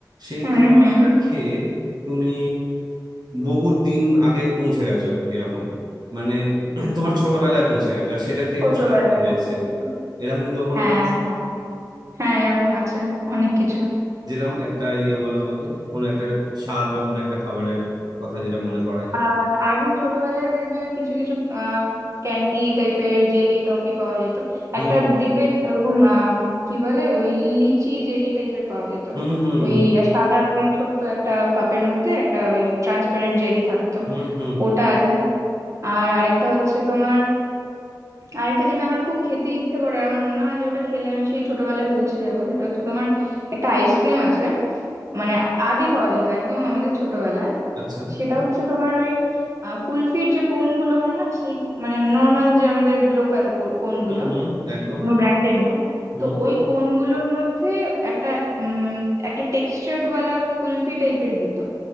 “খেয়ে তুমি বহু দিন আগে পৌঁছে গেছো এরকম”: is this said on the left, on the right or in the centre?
Right